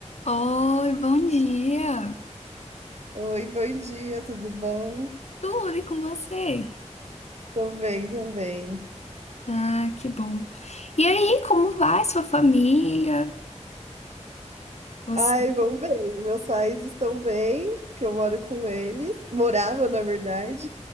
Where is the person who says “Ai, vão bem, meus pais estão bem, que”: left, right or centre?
Right